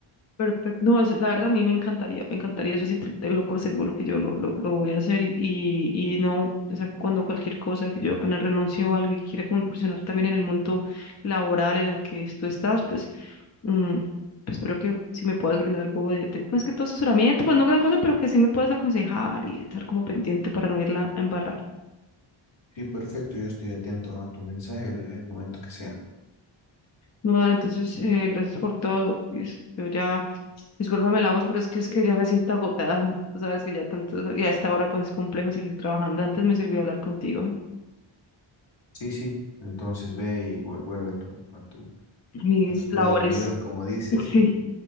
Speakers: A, on the left (about 35°); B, on the left (about 65°).
A: Perfecto. No, es- la verdad a mí me encantaría, me encantaría eso sí, te- tenlo por seguro que yo lo, lo, lo voy a hacer y, y, y no, o sea, cuando cualquier cosa, que yo apenas renuncio o algo y quiera como incursionar también en el mundo laboral en el que tú estás, pues Mm, pues espero que si me puedas brindar algo de, de- más que todo asesoramiento, pues no gran cosa, pero que sí me puedas aconsejar y estar como pendiente para no irla a embarrar.
B: Sí, perfecto, yo estoy atento a tu mensaje en el momento que sea.
A: No, vale, entonces, eh, gracias por todo. Is- Yo ya, discúlpame la voz, pero es que es que ya me siento agotada. Tú sabes que ya tanto, y a esta hora pues es complejo seguir trabajando. Antes me sirvió hablar contigo.
B: Sí, sí, entonces ve y vu- vuelve a tu, a tu,
A: Mis
B: a tu cruda
A: labores.
B: realidad, como dices,
A: <laughs>
B: y
A: Sí.